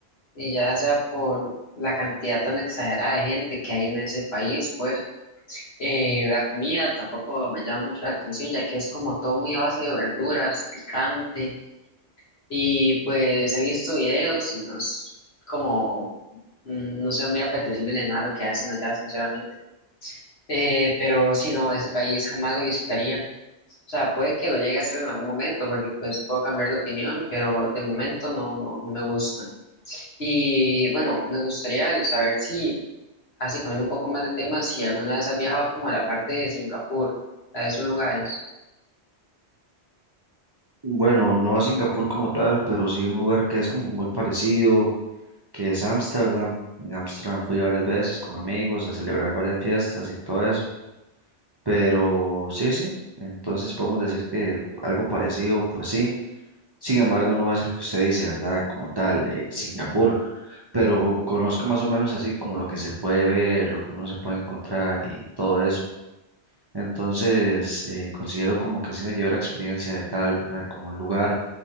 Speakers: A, on the left; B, on the right.
A: Y ya sea por la cantidad tan exagerada de gente que hay en ese país, pues eh, la comida tampoco me llama mucho la atención, ya que es como todo muy a base de verduras, picante. Y pues he visto videos y no es como, mm, no sé, muy apetecible nada lo que hacen allá, sinceramente. Eh, pero si no, ese país jamás lo visitaría. O sea, puede que lo llegue a hacer en algún momento, porque pues puedo cambiar de opinión, pero de momento no, no, no me gusta. Y bueno, me gustaría de saber si, así cambiando un poco más de temas, si alguna vez has viajado como a la parte de Singapur, a esos lugares.
B: Bueno, no a Singapur como tal, pero sí un lugar que es como muy parecido, que es Ámsterdam. En Ámsterdam fui varias veces con amigos a celebrar varias fiestas y todo eso. Pero sí, sí, entonces podemos decir que algo parecido, pues sí. Sin embargo, no es el que usted dice, ¿verdad? Como tal, eh, Singapur, pero conozco más o menos así como lo que se puede ver, lo que uno se puede encontrar y todo eso. Entonces, eh, considero como que sí me llevé la experiencia de tal, ¿verdad? Como el lugar